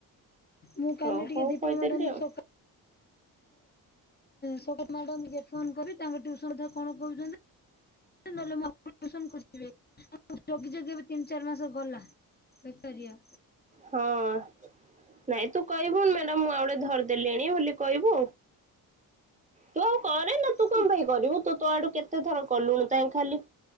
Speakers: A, on the left (about 25°); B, on the right (about 15°).
A: ମୁଁ କାଲି
B: ହଁ
A: ଟିକେ
B: ହଉ
A: ଦୀପା
B: କହିଦେଲି
A: ମ୍ୟାଡାମ
B: ଆଉ
A: ଙ୍କୁ ସକା ସତ ମ୍ୟାଡ ଟିକେ ଫୋନ କରି ତାଙ୍କ ଟିଉସନ କଥା କଣ କହୁଛନ୍ତି ନହଲେ ମତେ ଟ୍ୟୁସନ ଖୋଜିବି <unintelligible> ଜଗି ଜଗି ଏବେ ତିନି ଚାରି ମାସ ଗଲା। ବେକାରୀଆ
B: ହଁ ନାଇଁ ତୁ କହିବୁ ମ୍ୟାଡ଼ାମ ମୁଁ ଆଉ ଗୋଟେ ଧରିଦେଲିଣି ବୋଲି କହିବୁ ତୁ କରେ ନା ତୁ
A: ସ୍କୁଲ
B: କଣ ପାଇଁ କରିବୁ ତୁ ତୋ ଆଡୁ କେତେଥର କଲୁଣି କାହିଁ ଖାଲି